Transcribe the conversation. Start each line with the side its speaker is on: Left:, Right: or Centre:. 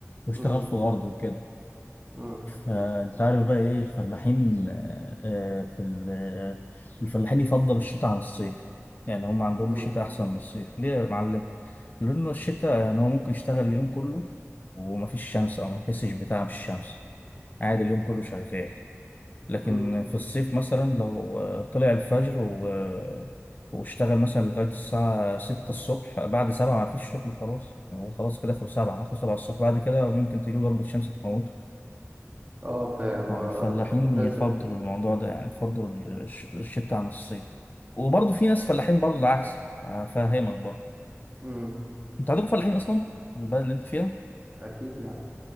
Left: بشتغل
Right: امم
Left: في الارض وكده
Right: امم
Left: فانت عارف بقى ايه الفلاحين آه، آه، في ال- آه، الفلاحين يفضل الشتاء عن الصيف يعني هم عندهم
Right: امم
Left: الشتاء احسن من الصيف ليه يا معلم لانه الشتاء يعني هو ممكن يشتغل اليوم كله ومفيش شمس او ما يحسش بتعب الشمس عادي اليوم كله شغال لكن
Right: امم
Left: في الصيف مثلا لو آه، طلع الفجر و... آه، واشتغل مثلا لغاية الساعة ستة الصبح بعد سبعة ما فيش شغل خلاص هو خلاص كده آخر سبعة آخر سبعة الصبح بعد كده ممكن تجيله ضربة شمس تموته
Right: اه فاهم
Left: يعني
Right: آه،
Left: الفلاحين
Right: الناس
Left: يفضلوا
Right: ال...
Left: الموضوع ده يعني يفضلوا الش- الشتاء عن الصيف وبرضه في ناس فلاحين برضه العكس أفهمك برضه
Right: امم
Left: أنت عندكم فلاحين أصلا في البلد اللي أنت فيها
Right: اكيد يعني